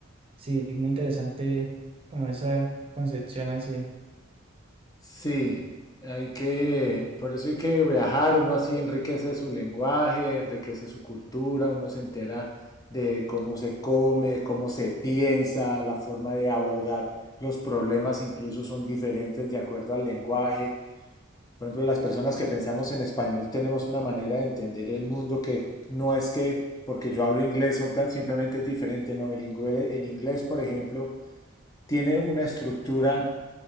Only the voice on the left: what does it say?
Sí, hay que, por eso hay que viajar, uno así enriquece su lenguaje, enriquece su cultura, uno se entera de cómo se come, cómo se piensa, la forma de abordar los problemas incluso son diferentes de acuerdo al lenguaje, Por ejemplo, las personas que pensamos en español tenemos una manera de entender el mundo que no es que porque yo hablo inglés simplemente es diferente, no, el inglés, el inglés, por ejemplo, tiene una estructura